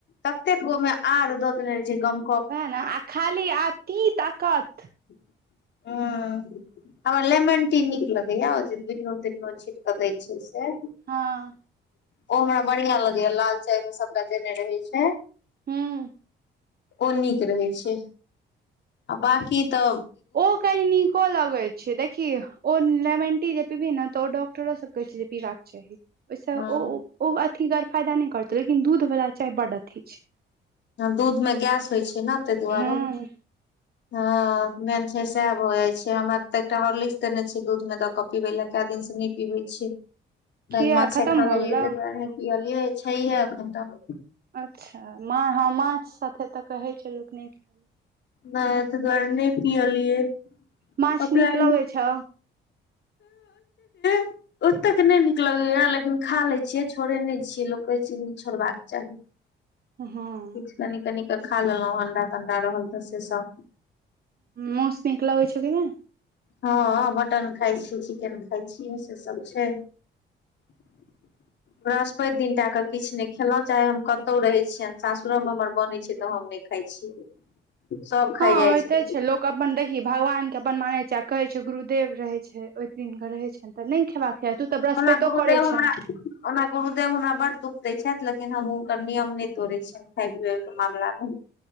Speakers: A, on the left; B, on the right.
A: ततेक ओहिमे आद दऽ देने रहै छै गम
B: वएह ने आ खाली आ तीत अकत।
A: हुं। हमरा लेमन टी नीक लगैया बिटनून तिटनून छींटकऽ दै छियै से।
B: हँ।
A: ओ हमरा बढ़िया लगैया लाल चाय मे सबटा देने रहै छै।
B: हुं।
A: ओ नीक रहै छै आ बकी त
B: ओ कनि नीको लगई छै देखी ओ लेमन टी जे पिबही ने तऽ ओ डॉक्टरो सब कहई छय जे पीबाक चाही ओई सँ
A: ह
B: ओ ओ अथी गर फायदा नय करतौ लेकिन दूध वला चाय बड अथी छै।
A: दूध मे गैस होइ छै न तई दुआरे।
B: हँ
A: हँ मेन छै सेएह भऽ जाइ छै हमरा तऽ एकटा हार्लिक्स देने छै दूध मे दऽ क पीबे लए कए दिन से नहि पिबे छियै काईल
B: किया
A: माछ
B: खतम
A: खा
B: भऽ
A: लेलियै
B: गेलौ
A: ता दुआरे नय पियलियै छैेह एखन तक।
B: अच्छा मा हँ माछ सथे तऽ कहैत छै लोक नहि खाय
A: नय तई दुआरे नए पियलियै
B: माछ
A: अपना
B: नीक लगै छौ
A: <inaudible> ओतेक नई नीक लगेया लेकिन खा ले छियै छोड़े नै छीयै लोक कहै छै नय छोड़बाक नई चाही। <unintelligible>
B: हुं।
A: किछु कनि कनि क खा लेलहुँं अंडा तंडा रहल तऽ से सब।
B: मोऊस निक लगे छो कि नई।
A: हँ मटन खाइ छियै चिकेन खाय छियै से सब छै। <unintelligible> बृहस्पेत दिन टा क किछ नय खेलों चाहे हम कतौ रहे छियनि सासुरो मे हमर बने छै त हम नै खाइ छियै। सभ खाइ
B: हँ
A: जाइ
B: होइते
A: छथिन
B: ऽ छै लोक अपन देखही भगवान के अपन मानै छै आ कहै छै गुरुदेव रहै छै ओहि दिन क रहै छै। तऽ नय खेबाक चाही तू तऽ बृहस्पतिो
A: ओना गुरुदेव
B: करै
A: हमरा
B: छले
A: ओना गुरुदेव हमरा बड दुःख दै छैथ लेकिन हम हुनकर नियम नए तोड़ैय छियन। खाई पिऐ के मामलामे